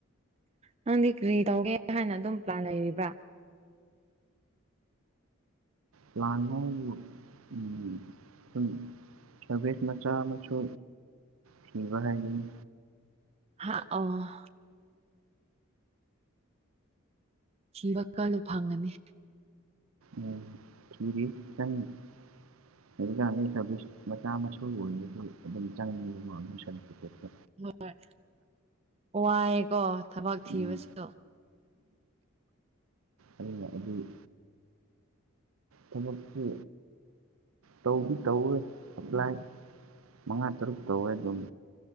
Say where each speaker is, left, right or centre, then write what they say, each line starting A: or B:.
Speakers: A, on the right; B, on the right.
A: ꯅꯪꯗꯤ ꯀꯔꯤ ꯇꯧꯒꯦ ꯍꯥꯏꯅ ꯑꯗꯨꯝ ꯄ꯭ꯂꯥꯟ ꯂꯩꯔꯤꯕ꯭ꯔꯥ
B: ꯄ꯭ꯂꯥꯟꯗꯣ ꯎꯝ ꯁꯨꯝ ꯁꯔꯚꯦ ꯃꯆꯥ ꯃꯁꯨ ꯊꯤꯕ ꯍꯥꯏꯕꯅꯤ
A: ꯍꯥ ꯑꯣ ꯊꯤꯕ ꯀꯜꯂꯣ ꯐꯪꯒꯅꯤ
B: ꯎꯝ ꯊꯤꯔꯤ ꯀꯟꯅ ꯍꯧꯖꯤꯛꯀꯥꯟꯗꯤ ꯃꯆꯥ ꯃꯁꯨꯒꯤ ꯑꯣꯏꯔꯁꯨ ꯑꯗꯨꯝ ꯆꯪꯉꯤ ꯑꯗꯨ ꯁꯔꯇꯤꯐꯤꯀꯦꯠꯇꯨ
A: ꯍꯣꯏ ꯋꯥꯏꯑꯦꯀꯣ ꯊꯕꯛ ꯊꯤꯕꯁꯨ
B: ꯎꯝ ꯎꯝ ꯑꯗꯨ ꯊꯕꯛꯁꯤ ꯇꯧꯗꯤ ꯇꯧꯋꯦ ꯑꯦꯄ꯭ꯂꯥꯏ ꯃꯉꯥ ꯇꯔꯨꯛ ꯇꯧꯋꯦ ꯑꯗꯨꯝ